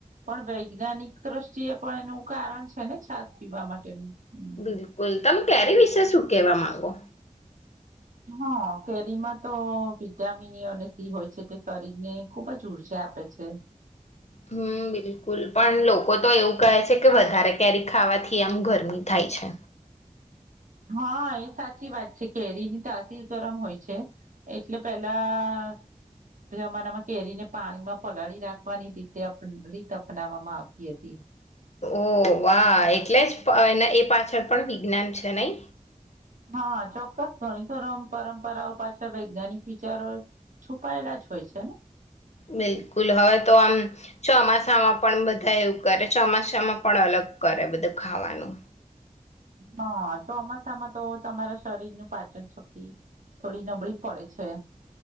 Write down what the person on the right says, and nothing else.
પણ વૈજ્ઞાનિક દ્રષ્ટિએ પણ એનું કારણ છે ને છાસ પીવા માટેનું હમ
હા કેરીમાં તો વિટામિન એ અને સી હોય છે તે શરીરને ખુબ જ ઉર્જા આપે છે
હા એ સાચી વાત છે કેરી ની તાસીર ગરમ હોય છે એટલે પેલા જમાનામાં કેરીને પાણીમાં પલાળી રાખવાની રીતે રીત અપનાવામાં આવતી હતી
હા ચોક્કસ ઘણી પરં પરંપરાઓ પાછળ વૈજ્ઞાનિક વિચારો છુપાયેલા જ હોય છે ને.
હા, ચોમાસામાં તો તમારા શરીર ની પાચન શક્તિ થોડી નબળી પડે છે.